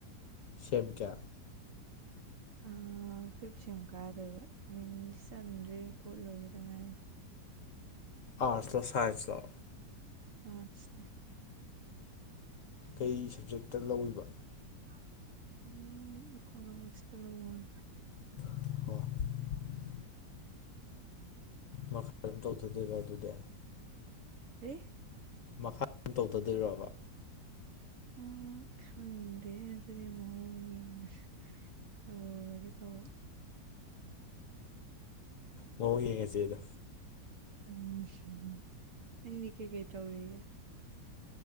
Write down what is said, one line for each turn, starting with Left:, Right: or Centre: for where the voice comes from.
Left: ꯁꯦꯝ ꯀ꯭ꯌꯥ
Right: ꯑ ꯐꯤꯞ ꯁꯦꯝ ꯀꯥꯗꯣꯏꯕ ꯃꯤꯡꯗꯤ ꯆꯟꯗ꯭ꯔꯤ ꯐꯣꯔꯠ ꯂꯣꯏꯒꯤꯗ ꯉꯥꯏꯔꯤ
Left: ꯑꯥꯔꯠꯁ ꯂꯣ ꯁꯥꯥꯏꯟꯁꯂꯣ
Right: ꯑꯥ꯭ꯔꯠꯁꯅꯤ
Left: ꯀꯩ ꯁꯕꯖꯦꯛꯇ ꯂꯧꯔꯤꯕ
Right: <unintelligible> ꯎꯝ ꯏꯀꯣꯅꯣꯃꯤꯛꯁꯇ ꯂꯧꯕꯅꯤ
Left: <unintelligible> ꯃꯈꯥ ꯑꯗꯨꯝ ꯇꯧꯊꯗꯣꯏꯔꯣ ꯑꯗꯨꯗꯤ
Right: ꯀꯔꯤ
Left: ꯃꯈꯥ ꯗꯨꯝ ꯇꯧꯗꯗꯣꯏꯔꯕ
Right: ꯑ ꯈꯪꯗꯦ ꯑꯗꯨꯗꯤ ꯃꯑꯣꯡ ꯌꯦꯡꯉꯁꯨ ꯇꯧꯔꯒꯦ ꯇꯧꯕ
Left: ꯃꯑꯣꯡ ꯌꯦꯡꯉꯁꯦꯗꯣ
Right: <unintelligible> ꯅꯪꯗꯤ ꯀꯩ ꯀꯩ ꯇꯧꯔꯤꯒꯦ